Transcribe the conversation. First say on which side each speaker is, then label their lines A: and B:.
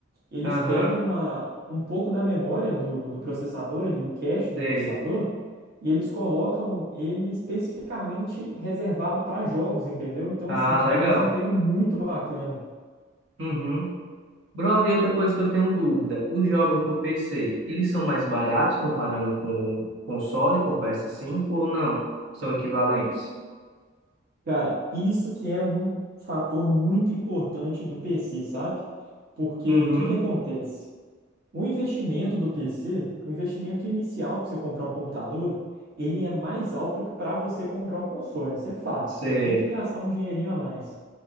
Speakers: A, on the right; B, on the right.
A: Eles
B: Aham,
A: pegam uma, um pouco da memória do, do processador, ali, do cache
B: sei.
A: do processador, e eles colocam ele especificamente reservado para jogos, entendeu? Então,
B: Ah,
A: assim, te
B: legal.
A: dá um desempenho muito bacana.
B: Uhum. Brother, e outra coisa que eu tenho dúvida: os jogos no PC, eles são mais baratos comparando com o console, com o ps cinco ou não? São equivalentes?
A: Cara, isso que é um fator muito importante do PC, sabe? Porque
B: Uhum,
A: o que que acontece? O investimento do PC, o investimento inicial para você comprar um computador, ele é mais alto que para você comprar um console, isso é fato.
B: sei.
A: Você tem que gastar um dinheirinho a mais.